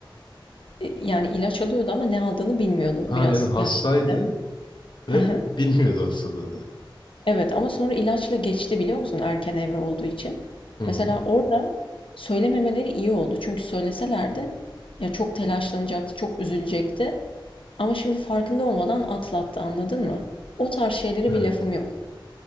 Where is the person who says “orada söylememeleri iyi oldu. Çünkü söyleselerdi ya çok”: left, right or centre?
Left